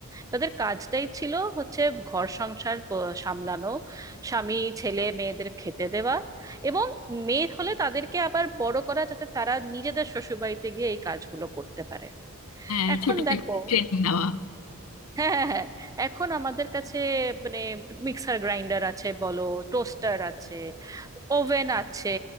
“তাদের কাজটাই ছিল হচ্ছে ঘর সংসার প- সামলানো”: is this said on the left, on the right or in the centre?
Right